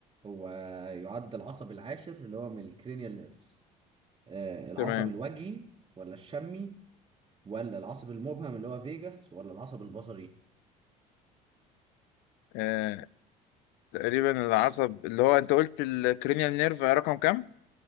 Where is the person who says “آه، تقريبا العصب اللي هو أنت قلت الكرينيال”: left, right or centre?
Left